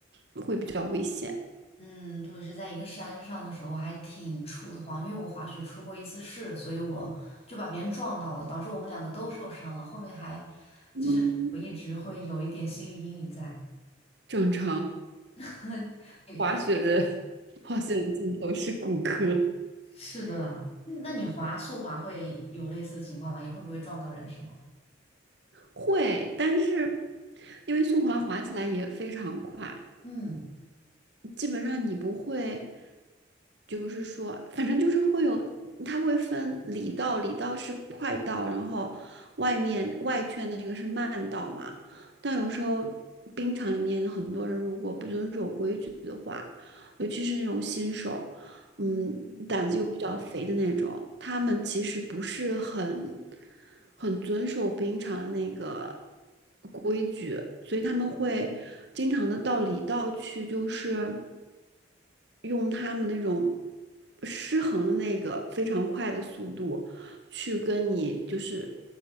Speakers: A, on the right; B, on the left.
A: 会比较危险。
B: 嗯，特别是在一个山上的时候，我还挺怵得慌，因为我滑雪出过一次事，所以我就把别人撞到了，导致我们两个都受伤了。后面还
A: 嗯，
B: 我一直会有一点心理阴影在。
A: 正常。
B: <laughs> 你
A: 滑雪的 <laughs> 滑雪的尽头是骨科。
B: 是的，那那你滑速滑会有类似的情况吗？也会不会撞到人是吗？
A: 会，但是因为速滑滑起来也非常快，
B: 嗯，
A: 基本上你不会，就是说，反正就是会有，它会分里道，里道是快道，然后外面外圈的那个是慢道嘛。但有时候冰场里面很多人如果不遵守规矩的话，尤其是那种新手，嗯，
B: 嗯，
A: 胆子又比较肥的那种，他们其实不是很很遵守冰场的那个规矩，所以他们会经常的到里道去，就是用他们那种失衡的那个非常快的速度去跟你就是